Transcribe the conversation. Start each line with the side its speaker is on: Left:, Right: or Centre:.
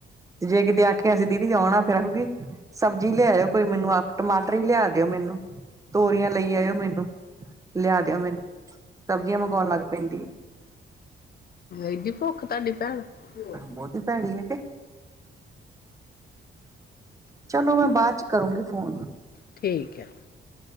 Right: ਤੇ ਜੇ ਕਿਤੇ ਆਖੇਆਂ ਅਸੀਂ ਦੀਦੀ ਔਨਾ, ਫ਼ਿਰ ਆਹੂਗੀ ਸਬਜ਼ੀ ਲਿਆਏਓ ਕੋਈ ਮੈਂਨੂੰ ਆਪ ਟਮਾਟਰ ਈ ਲਿਆ ਦਿਓ ਮੈਂਨੂੰ, ਤੋਰੀਆਂ ਲਈ ਆਏਓ ਮੈਨੂੰ, ਲਿਆ ਦਿਓ ਮੈਨੂੰ। ਸਬਜ਼ੀਆਂ ਮੰਗੌਨ ਲੱਗ ਪੈਂਦੀ ਏ।
Left: ਐਡੀ ਭੁੱਖ ਤਾਡੀ ਭੈਨ, ਤੇ ਹੋਰ
Right: ਬੋਤੀ ਭੈੜੀ ਏ ਤੇ ਚੱਲੋ ਮੈਂ ਬਾਦ ਚ ਕਰੂੰਗੀ ਫ਼ੋਨ।
Left: ਠੀਕ ਐ,